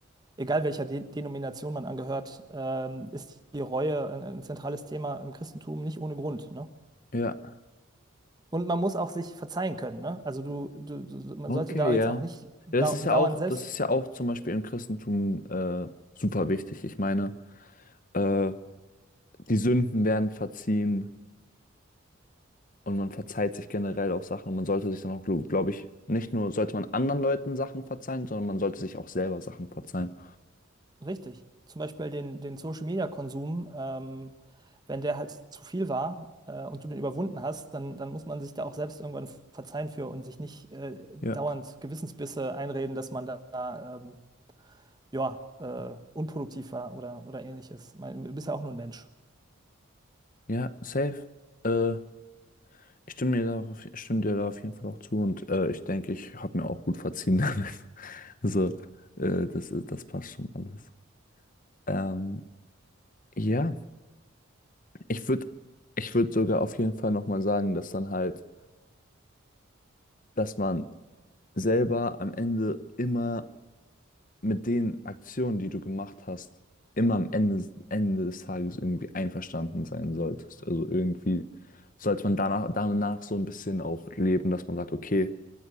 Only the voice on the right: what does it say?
Egal welcher De Denomination man angehört, ähm, ist die Reue ein, ein zentrales Thema im Christentum nicht ohne Grund, ne?
Und man muss auch sich verzeihen können, ne? Also du, du, du, so, man
sollte da jetzt
auch nicht dau
dauernd
selbst
richtig. Zum Beispiel den, den Social Media Konsum, ähm, wenn der halt zu viel war äh, und du den überwunden hast, dann, dann muss man sich da auch selbst irgendwann verzeihen für und sich nicht äh,
dauernd Gewissensbisse einreden, dass man da, ähm, ja, äh, unproduktiv war oder, oder ähnliches. Man, du bist ja auch nur ein Mensch.